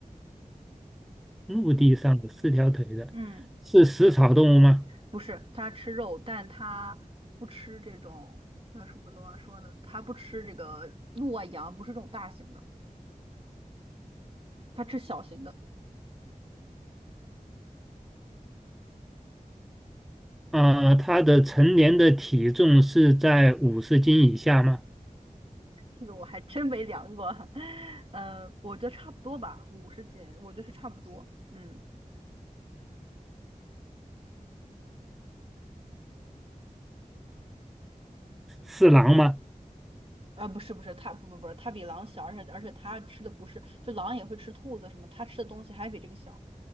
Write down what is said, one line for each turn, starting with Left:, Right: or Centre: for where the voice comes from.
Centre: 陆地上的四条腿的，
Right: 嗯嗯，
Centre: 是食草动物吗？
Right: 不是，它吃肉，但它不吃这种叫什么东西说呢？它不吃这个鹿啊羊，不是这种大型的，它吃小型的。
Centre: 啊、它的成年的体重是在五十斤以下吗？
Right: 这个我还真没量过，<laughs> 呃，我觉得差不多吧，五十斤，我觉得是差不多。嗯。
Centre: 是狼吗？
Right: 啊，不是不是，它不不不，它比狼小，而且而且它吃的不是，就狼也会吃兔子什么，它吃的东西还比这个小。